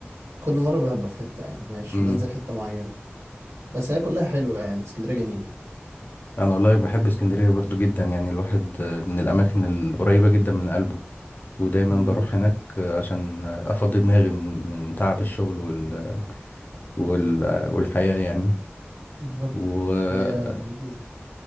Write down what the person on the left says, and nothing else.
امم
انا والله بحب اسكندرية برضو جدا يعني الواحد من الاماكن القريبة جدا من قلبه ودايما
بروح هناك عشان افضي دماغي من من تعب الشغل وال... وال... والحياة يعني
و